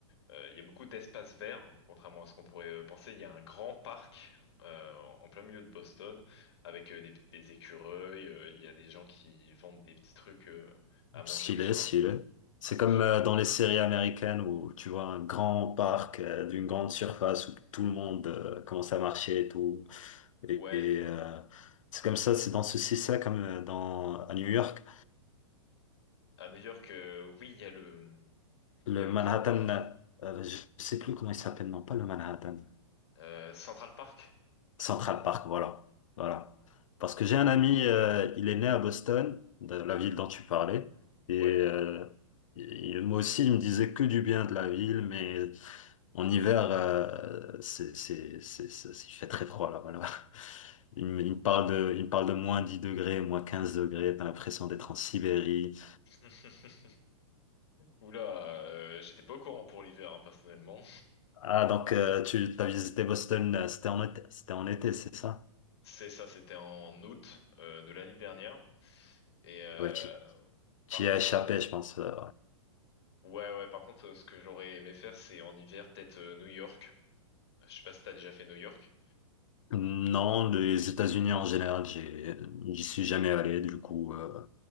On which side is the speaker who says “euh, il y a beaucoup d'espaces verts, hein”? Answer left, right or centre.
Left